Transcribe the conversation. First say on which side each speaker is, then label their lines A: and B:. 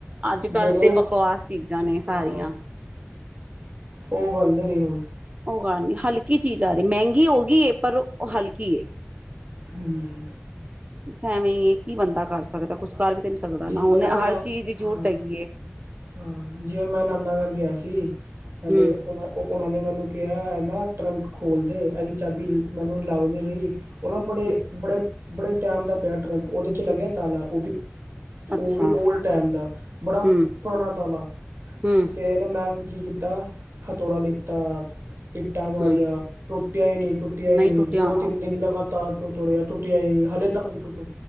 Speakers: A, on the right; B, on the right.
A: ਅੱਜ
B: ਜਿਹੜੇ
A: ਕੱਲ੍ਹ ਤੇ ਬਕਵਾਸ ਚੀਜ਼ਾਂ ਨੇ ਸਾਰੀਆਂ।
B: ਹਾਂ ਉਹ ਗੱਲ ਨੀ ਰਹੀ ਹੁਣ
A: ਉਹ ਗੱਲ ਨੀ, ਹਲਕੀ ਚੀਜ਼ ਆ ਰੀ। ਮੈਂਗੀ ਹੋ ਗੀ ਏ, ਪਰ ਓ ਹਲਕ ਕੀ ਏ।
B: ਹਾਂਜੀ।
A: ਬਸ ਐਵੇਂ ਈ ਏ, ਕੀ ਬੰਦਾ ਕਰ ਸਕਦਾ, ਕੁਛ ਕਰ ਵੀ ਤੇ ਨੀ ਸਕਦਾ
B: ਜਿਵੇਂ
A: ਉਹਨੇ
B: ਨਾ
A: ਹਰ
B: ਮੈਂ,
A: ਚੀਜ਼ ਦੀ ਜ਼ਰੂਰਤ
B: ਹਾਂ
A: ਹੈਗੀ ਏ
B: ਹਾਂ, ਜਿਵੇਂ ਮੈਂ ਨਾਨਾ ਘਰ ਗਿਆ ਸੀ। ਸੀ ਹਲੇ
A: ਹੂੰ
B: ਉਨਾ ਉਹਨਾਂ ਨੇ ਮੈਨੂੰ। ਕਿਹਾ ਇਹ ਨਾਂ ਟਰੰਕ ਖੋਲਦੇ ਇਹਦੀ ਚਾਬੀ ਮੈਨੂੰ ਲਭ ਨੀ ਰਹੀ। ਉਹਨਾ ਬੜੇ-ਬੜੇ
A: ਹੂੰ
B: ਬੜੇ ਟੈਮ ਦਾ ਪਿਆ ਟਰੰਕ ਉਹਦੇ 'ਚ ਲੱਗਿਆ ਤਾਲਾ ਉਹ ਵੀ।
A: ਅੱਛਾ
B: ਉਹ ਵੀ ਓਲਡ ਟਾਈਮ ਦਾ ਬੜਾ
A: ਹੂੰ
B: ਪੁਰਾਣਾ ਤਾਲਾ
A: ਹੂੰ
B: ਫੇਰ ਮੈਂ। ਕੀ ਕੀਤਾ ਹਥੋੜਾ ਲਿਤਾ ਇੱਟਾਂ ਮਾਰੀਆਂ
A: ਹੂੰ
B: ਟੁੱਟਿਆ ਹੀ ਨੀ। ਟੁੱਟਿਆ
A: ਨਹੀਂ
B: ੲ ਨੀ
A: ਟੁੱਟਿਆ
B: ਦੋ
A: ਹੋਣਾ
B: ਤਿੰਨ ਦਿਨ ਲਗਾਤਾਰ ਤੋੜਿਆ ਟੁੱਟਿਆ ਹੀ ਨੀ ਹਲੇ ਤੱਕ ਨਹੀਂ ਟੁਟ।